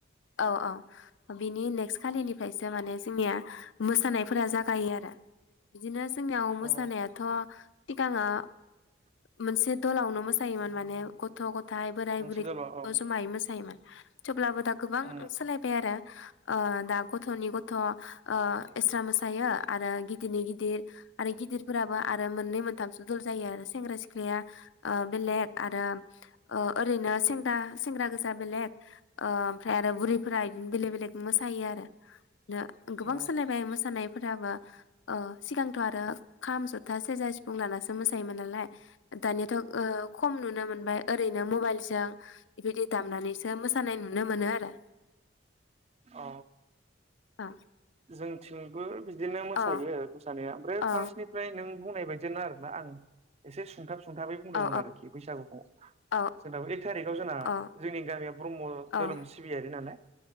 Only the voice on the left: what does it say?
औ औ बिनि नेक्स्ट खालिनिफ्रायसो माने जोंनिया। मोसानायफोरा जाग गायो आरो बिदिनो जोंनियाव मोसानायाथ',
सिगाङो मोनसे दलावनो मोसायोमोन माने। गथ' गथाय बोराय
बुरै
जमायै मोसायोमोन। थेवब्लाबो दा गोबां
सोलायबाय आरो। आ दा नि गथ' इसा मोसायो आरो गिदिरनि गिदिर आरो गिदिरफोराबो आरो मोननै मोनथामसो दल जायो आरो सेंग्रा सिख्लाया ओ बेलेग आरो ओ ओरैनो सेंग्रा सेंग्रा गोजा बेलेग ओमफ्राय आरो बुरैफोरा बिदिनो बेलेक बेलेक मोसायो आरो नो गोबां
सोलायबाय मोसानायफोराबो ओ सिगां <unintelligible> आरा खाम जथा सेरजा सिफुं लानासो मोसायोमोन नालाय दानियाथ' खम नुनो मोनबाय ओरैनो मबाइल जों बिबायदि दामनानैसो मो मोसानाय नुनो मोनो आरो।
अ
अ
अ
अ
अ
अ
अ